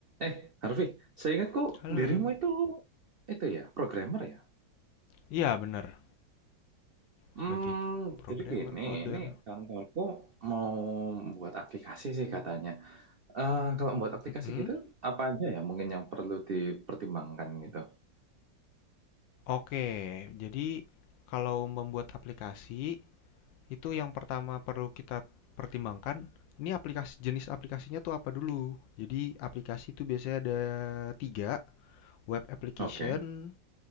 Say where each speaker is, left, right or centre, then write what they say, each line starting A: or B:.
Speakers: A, on the right (about 70°); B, on the left (about 75°).
A: Eh, Harvey, saya ingat kok
B: Halo,
A: dirimu
B: halo.
A: itu itu ya, programmer ya.
B: Iya, benar.
A: Hmm,
B: Sebagai programmer,
A: jadi gini,
B: coder.
A: ini kantorku mau buat aplikasi sih katanya. Eh, kalau buat aplikasi
B: Mm-mm.
A: gitu, apa aja ya mungkin yang perlu dipertimbangkan gitu?
B: Oke, jadi kalau membuat aplikasi, itu yang pertama perlu kita pertimbangkan, ini aplikasi jenis aplikasinya tuh apa dulu. Jadi aplikasi itu biasanya ada tiga, web application,
A: Oke,